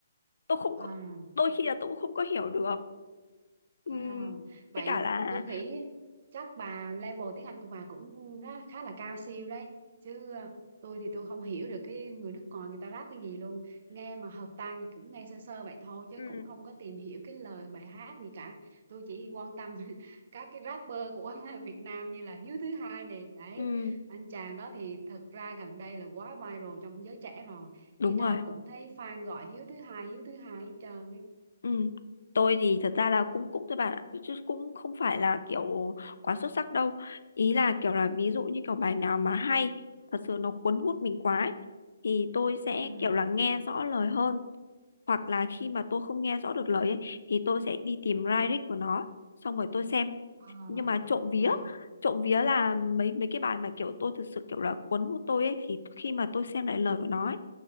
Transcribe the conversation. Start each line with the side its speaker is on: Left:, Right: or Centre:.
Left: tôi không
Right: À.
Left: có- đôi khi là tôi cũng không có hiểu được Ừm,
Right: À, vậy
Left: với cả là
Right: tôi nghĩ chắc bà level tiếng Anh của bà cũng ra- khá là cao siêu đấy chứ ờ, tôi thì tôi không hiểu được cái người nước ngoài người ta rap cái gì luôn nghe mà hợp tai thì cũng nghe sơ sơ vậy thôi chứ
Left: ừ
Right: cũng không có tìm hiểu cái lời bài hát gì cả tôi chỉ quan tâm <laughs> các cái rapper của <laughs> Việt Nam như là Hiếu thứ hai nè đấy
Left: ừm,
Right: anh chàng đó thì thật ra gần đây là quá viral trong giới trẻ rồi
Left: đúng
Right: đi đâu
Left: rồi
Right: cũng thấy fan gọi Hiếu thứ hai Hiếu thứ hai hết trơn ấy
Left: Ừm, tôi thì thật ra là cũng cũng các bạn ạ, chứ cũng không phải là kiểu quá xuất sắc đâu ý là kiểu là ví dụ như kiểu bài nào mà hay thật sự nó cuốn hút mình quá ấy, thì tôi sẽ
Right: ừ.
Left: kiểu là nghe rõ lời hơn hoặc là khi mà tôi không nghe rõ được lời ấy, thì tôi sẽ đi tìm lyric của nó xong rồi tôi xem
Right: à
Left: nhưng mà trộm vía
Right: à
Left: trộm vía là mấy mấy cái bài mà kiểu tôi thực sự kiểu là cuốn hút tôi ấy thì khi mà tôi xem lại lời của nó ấy,